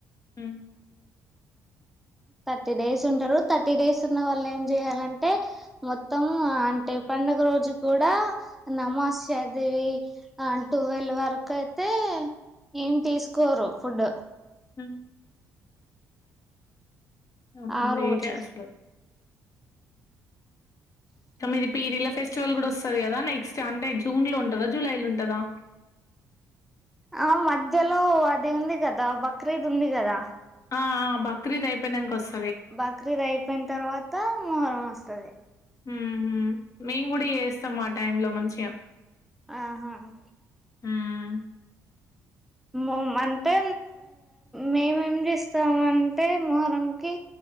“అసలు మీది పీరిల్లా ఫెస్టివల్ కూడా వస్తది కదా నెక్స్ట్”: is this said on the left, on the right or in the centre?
Left